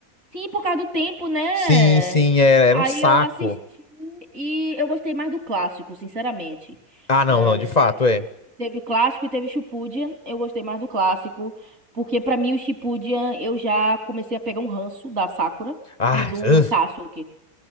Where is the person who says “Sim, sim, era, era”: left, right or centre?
Left